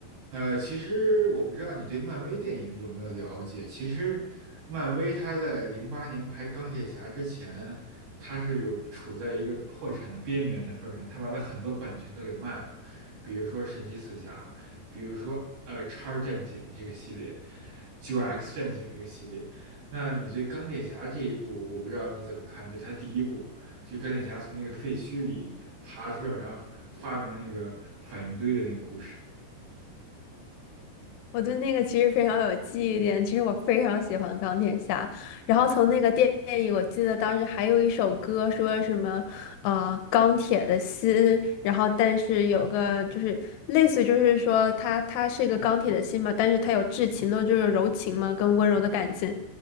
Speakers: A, on the right; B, on the left.
A: 呃，其实我不知道你对漫威电影有没有了解。其实，漫威它在零八年拍钢铁侠之前，它是有处在一个破产的边缘的份儿上，它把它很多版权都给卖了，比如说神奇四侠，比如说呃叉战警这个系列，九 X 战警这个系列。那你对钢铁侠这一部，我不知道你怎么看？就它第一部，就钢铁侠从那个废墟里爬出来，然后发明那个反应堆的那个故事。
B: 我对那个其实非常有记忆点，其实我非常喜欢钢铁侠。然后从那个电影，我记得当时还有一首歌说什么，呃，钢铁的心。然后但是有个就是类似，就是说他他是一个钢铁的心嘛，但是他有至情的，就是柔情嘛，跟温柔的感情。